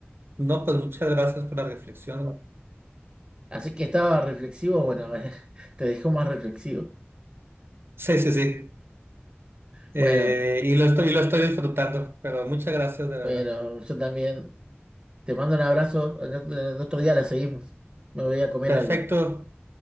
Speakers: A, on the right; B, on the right.
A: No, pues muchas gracias por la reflexión.
B: Así que estaba reflexivo, bueno, <laughs> te dejó más reflexivo.
A: Sí, sí, sí.
B: Bueno,
A: Eh, y lo estoy, y lo estoy disfrutando, pero muchas gracias de verdad.
B: bueno, yo también te mando un abrazo. En otro, en otro día la seguimos. Me voy a comer
A: Perfecto.
B: algo.